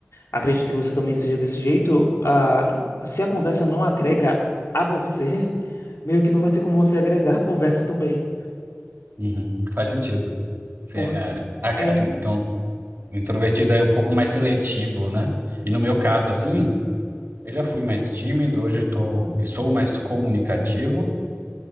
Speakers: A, on the left; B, on the right.
A: acredito que você também seja desse jeito, a, se a conversa não agrega a você, <laughs> meio que não vai ter como você agregar a conversa também.
B: Uhum. Faz sentido. Se
A: Porque,
B: é- é, a
A: é.
B: ca- então, o introvertido é um pouco mais seletivo, né? E no meu caso, assim, eu já fui mais tímido, hoje eu tô, e sou mais comunicativo,